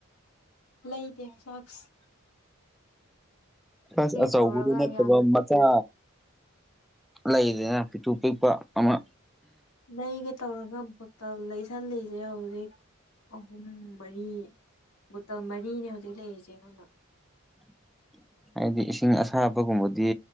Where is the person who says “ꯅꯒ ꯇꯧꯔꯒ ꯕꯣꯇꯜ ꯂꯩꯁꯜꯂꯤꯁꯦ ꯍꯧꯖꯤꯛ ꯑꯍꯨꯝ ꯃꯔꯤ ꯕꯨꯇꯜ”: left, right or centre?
Left